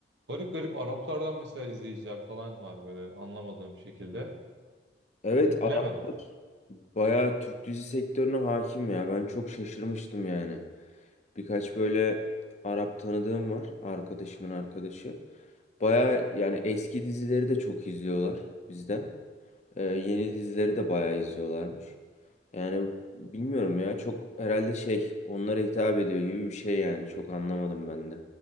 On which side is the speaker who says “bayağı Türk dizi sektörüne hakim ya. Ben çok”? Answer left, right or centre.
Left